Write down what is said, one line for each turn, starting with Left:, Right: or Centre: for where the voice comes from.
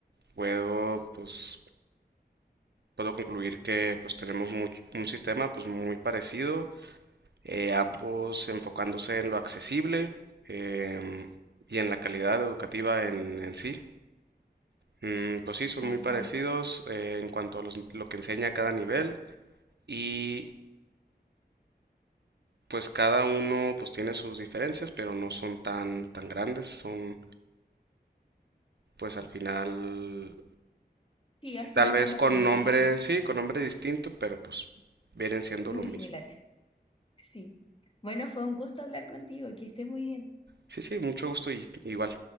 Right: puedo pues puedo concluir que pues tenemos much- un sistema pues muy parecido, eh, ambos enfocándose en lo accesible, em, y en la calidad educativa en, en sí. Mm, pues sí, son
Left: Así
Right: muy parecidos
Left: es.
Right: eh, en cuanto a los- lo que enseña cada nivel y pues cada uno pues tiene sus diferencias, pero no son tan tan grandes, son pues al final
Left: Sí, al final
Right: tal vez
Left: son bastante
Right: con nombre,
Left: parecidas,
Right: sí, con nombre distinto, pero pues vienen siendo
Left: muy
Right: lo mismo.
Left: similares. Sí. Bueno, fue un gusto hablar contigo, que estés muy bien.
Right: Sí, sí, mucho gusto y igual.